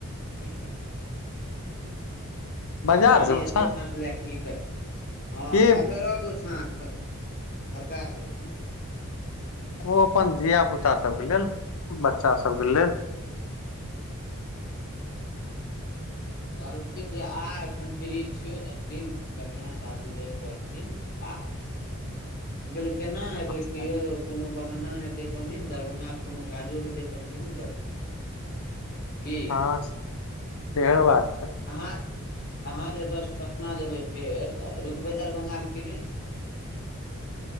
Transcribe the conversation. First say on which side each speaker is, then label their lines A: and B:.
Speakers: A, on the left; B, on the left.
A: <unintelligible>
B: बाजार
A: पता
B: सँ
A: नै
B: अच्छा
A: एते छाँछ लए कऽ की करतै, हँ
B: के
A: पन्द्रह गो छाँछ। प्रकाश भाइजी।
B: ओ अपन धियापुता सबके लेल, बच्चा सबके लेल।
A: कहलखिन जे आ अखन फ्री छियो दस दिन कनिया सासुरेमे रहथिन से आ। हम कहलियै केना एबै
B: अच्छा
A: कियो कुनू बहाना हेतै तहने ने दरभंगा के कुनू काजो हेतै तखने ने जे की
B: हां सेेहो बात छै।
A: अहाँ, अहाँ जे एतऽ सँ पटना जेबै फेर तऽ रुकबै दरभंगा मे कि नै।